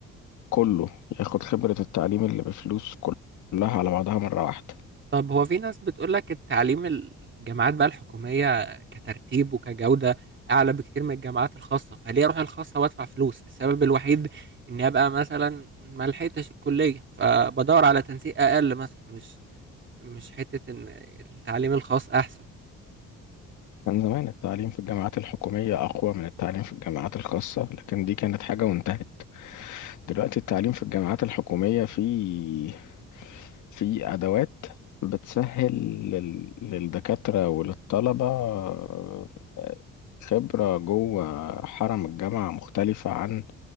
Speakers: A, on the left (about 75°); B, on the right (about 40°).
A: كله ياخد خبرة التعليم اللي بفلوس كلها على بعضها مرة واحدة
B: طب هو في ناس بتقولك التعليم الجامعات بقى الحكومية كترتيب وكجودة اعلى بكتير من الجامعات الخاصة فليه اروح الخاصة وادفع فلوس السبب الوحيد اني ابقى مثلا ما لحقتش الكلية فبدور على تنسيق اقل مثلا مش مش حتة ان التعليم الخاص احسن
A: كان زمان التعليم في الجامعات الحكومية أقوى من التعليم في الجامعات الخاصة لكن دي كانت حاجة وانتهت دلوقتي التعليم في الجامعات الحكومية فيه في أدوات بتسهل لل- للدكاترة وللطلبة آه، خبرة جوه حرم الجامعة مختلفة عن